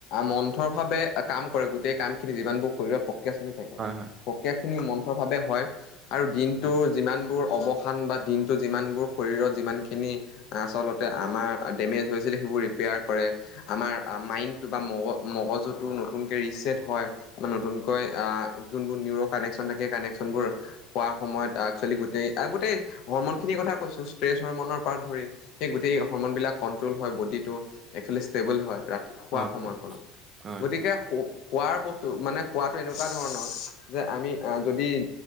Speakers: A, on the left; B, on the right.
A: মন্থৰভাৱে কাম কৰে গোটেই কাম খিনি যিমানবোৰ শৰীৰত প্ৰক্ৰিয়া চলি থাকে
B: হয় হয় হয় হয়
A: প্ৰক্ৰিয়া খিনি মন্থৰ ভাৱে হয় আৰু দিনটোৰ
B: হয় হয় হয় হয় হয় হয়
A: যিমানবোৰ অৱসান বা দিনটো যিমানবোৰ শৰীৰত যিমানখিনি আচলতে আমাৰ দেমেজ হৈ সেইবোৰ ৰিপেয়াৰ কৰে আমাৰ বা মগ মগজুতটো নতু নতুনকে ৰিচেট হয় বা নতুনকৈ আহ যোনোৰ নিউৰ কানেকচন থাকে কানেকচনবোৰ খোৱাৰ সময়ত আ ছোৱালী গোটেই গোটেই হৰমন খিনিৰ কথা কৈছো ষ্ট্ৰেছ হৰৰ্মনৰ পৰা ধৰি সেই গোটেই হৰৰ্মনবিলাক কণ্ট্ৰল হয় বডিটো একছোৱেলি ষ্টেবল হয় ৰাতি শোৱা
B: হয়
A: সময়কণত
B: হয় হয়
A: গতিকে খোৱাৰ বস্তু মানে খোৱাটো এনেকুৱা ধৰণৰ যে আমি যদি